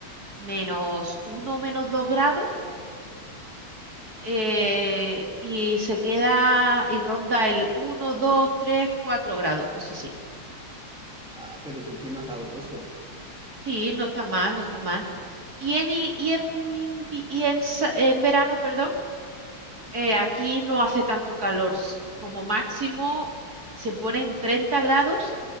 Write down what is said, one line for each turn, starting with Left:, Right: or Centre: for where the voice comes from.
Right: menos uno, o menos dos grados eh, y se queda y ronda el uno 2 3 4 grados, cosas así.
Centre: Ah, pero es un clima sabroso.
Right: Sí, no está mal, no está mal. Y en, i- y en, invi- y en sa- en verano, perdón. Eh, aquí no hace tanto calor. s- Como máximo se pone en 30 grados,